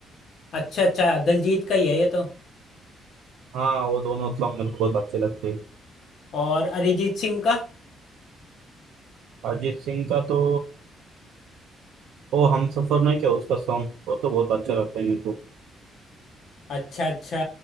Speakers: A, on the left (about 60°); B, on the right (about 85°).
A: अच्छा अच्छा दिलजीत का ही है ये तो
B: हाँ वो दोनों सॉन्ग मेरे को बहुत अच्छे लगते हैं
A: और अरिजीत सिंह का
B: अरिजीत सिंह का तो ओ हम सफर नहीं क्या उसका सॉन्ग वो तो बहुत अच्छा लगता है मेरे को
A: अच्छा अच्छा